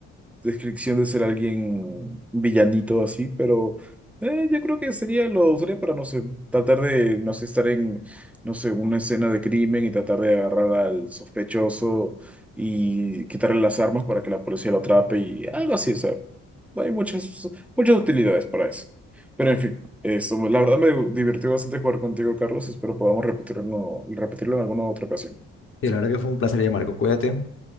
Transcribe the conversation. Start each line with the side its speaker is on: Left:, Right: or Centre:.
Centre: descripción de ser alguien villanito así, pero eh, yo creo que sería lo sería para, no sé, tratar de, no sé, estar en, no sé, una escena de crimen y tratar de agarrar al sospechoso y quitarle las armas para que la policía lo atrape y algo así, o sea, hay muchas, muchas utilidades para eso. Pero en fin, eso, la verdad me divirtió bastante jugar contigo, Carlos. Espero podamos repetirlo, repetirlo en alguna otra ocasión.
Left: Y la verdad que fue un placer, Marco. Cuídate.